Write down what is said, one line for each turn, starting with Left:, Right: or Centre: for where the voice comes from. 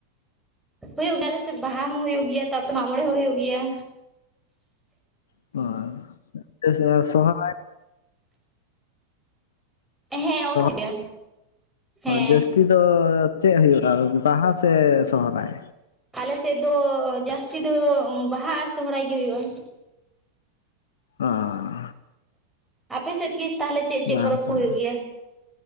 Centre: ᱦᱩᱭᱩᱜ ᱜᱮᱭᱟ ᱟᱞᱮ ᱥᱮᱫ ᱵᱟᱦᱟ ᱦᱚᱸ ᱦᱩᱭᱩᱜ ᱜᱮᱭᱟ ᱛᱟᱨᱯᱚᱨᱮ ᱢᱟᱜᱽ ᱢᱚᱬᱮ ᱦᱚᱸ ᱦᱩᱭᱩᱜ ᱜᱮᱭᱟ᱾
Left: ᱚ <unintelligible>
Centre: ᱦᱮᱸ ᱚᱱᱟ
Left: ᱥᱚ
Centre: ᱦᱩᱭᱩᱜ ᱜᱮᱭᱟ ᱦᱮᱸ
Left: ᱡᱟᱹᱥᱛᱤ ᱫᱚ ᱪᱮᱫ ᱦᱩᱭᱩᱜᱼᱟ? ᱵᱟᱦᱟ ᱥᱮ ᱥᱚᱦᱚᱨᱟᱭ?
Centre: ᱟᱞᱮᱥᱮᱫ ᱫᱚ ᱡᱟᱹᱥᱛᱤ ᱫᱚ ᱵᱟᱦᱟ ᱟᱨ ᱥᱚᱦᱚᱨᱟᱭ ᱜᱮ ᱦᱩᱭᱩᱜᱼᱟ᱾
Left: ᱟᱸ,
Centre: ᱟᱯᱮ ᱥᱮᱫ ᱜᱮ ᱛᱟᱦᱚᱞᱮ ᱪᱮᱫ ᱪᱮᱫ
Left: ᱵᱟᱦᱟ
Centre: ᱯᱚᱨᱚᱵᱽ ᱠᱚ
Left: ᱥᱚᱦᱨᱟᱭ᱾
Centre: ᱦᱩᱭᱩᱜ ᱜᱮᱭᱟ